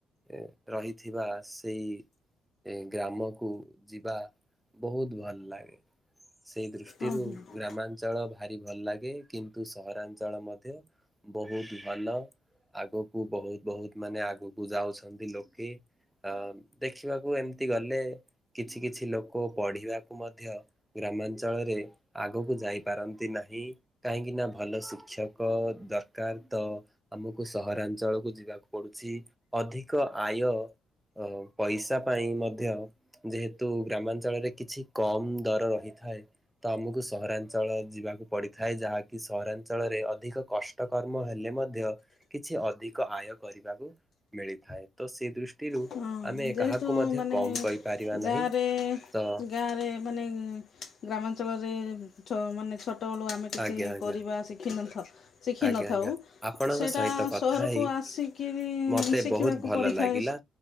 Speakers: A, in the centre; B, on the left (about 60°).
A: ଏଁ ରହିଥିବା ସେଇ ଗ୍ରାମକୁ ଯିବା ବହୁତ ଭଲ ଲାଗେ। ସେଇ ଦୃଷ୍ଟିରୁ
B: ହଁ ହଁ ହଁ।
A: ଗ୍ରାମାଞ୍ଚଳ ଭାରି ଭଲ ଲାଗେ କିନ୍ତ କିନ୍ତୁ ସହରାଞ୍ଚଳ ମଧ୍ୟ ବହୁତ ଭଲ ଆଗକୁ ବହୁତ ବହୁତ ମାନେ ଆଗକୁ ଯାଉଛ। ବି ଲୋକେ ଅ ଦେଖିବାକୁ ଏମତି ଗଲେ କିଛି କିଛି ଲୋକ ପଢିବାକୁ ମଧ୍ୟ ଗ୍ରାମାଞ୍ଚଳରେ ଆଗକୁ ଯାଇ ପାରନ୍ତି ନାହିଁ, କାହିଁକିନା ଭଲ ଶିକ୍ଷକ ଓ ଦରକାର ତ ଆମକୁ ସହରାଞ୍ଚଳକୁ ଯିବାକୁ। ପଡୁଛି ଅଧିକ ଆୟ ଅ ପଇସା ପାଇଁ ମଧ୍ୟ ଯେହେତୁ ଗ୍ରାମାଞ୍ଚଳରେ କିଛି କମ ଦର ରହିଥାଏ ତ ଆମକୁ ସହରାଞ୍ଚଳ ଯିବାକୁ ପଡିଥା ଥାଏ, ଯାହାକି ସହରାଞ୍ଚଳରେ ଅଧିକ କଷ୍ଟ କର୍ମ ହେଲେ ମଧ୍ୟ କିଛି ଅଧିକ ଆୟ କରିବାକୁ ମିଳିଥାଏ। ତ ସେ ଦୃଷ୍ଟିରୁ
B: ହଁ
A: ଆମେ
B: ଯେହେତୁ
A: କାହାକୁ ମଧ୍ୟ
B: ମାନେ
A: କମ୍ କହିପାରିବା
B: ଗାଁରେ
A: ନାହିଁ। ତ
B: ଗାଁରେ ମାନେ, ଉଁ ଗ୍ରାମାଞ୍ଚଳରେ ଛୋ ମାନେ ଛୋଟବେଳୁ ଆମେ କିଛି
A: ଆଜ୍ଞା ଆଜ୍ଞା
B: କରିବା ଶିଖିନଥା ଶିଖିନଥାଉ।
A: ଆଜ୍ଞା ଆଜ୍ଞା ଆପଣଙ୍କ
B: ସେଇଟା
A: ସହିତ କଥା
B: ସହରକୁ
A: ହେଇ
B: ଆସିି କିରି
A: ମତେ
B: ଶିଖିବାକୁ
A: ବହୁତ ଭଲ
B: ପଡ଼ିଥାଏ।
A: ଲାଗିଲା